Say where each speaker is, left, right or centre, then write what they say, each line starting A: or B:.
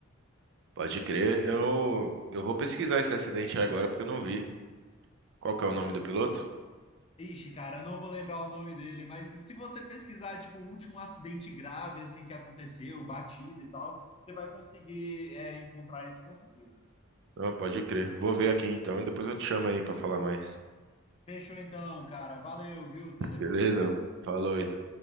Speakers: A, on the right; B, on the left.
A: Pode crer. Eu, eu vou pesquisar esse acidente aí agora porque eu não vi. Qual que é o nome
B: Ah,
A: do piloto?
B: ixi, cara, eu não vou lembrar o nome dele, mas se você pesquisar, tipo, o último acidente grave, assim, que aconteceu, batida e tal, você vai conseguir, é, encontrar isso com certeza.
A: Ah, pode crer. Vou ver aqui então e depois eu te chamo aí pra falar mais.
B: Fechou então, cara. Valeu, viu? Até depois.
A: Beleza? Falou, então.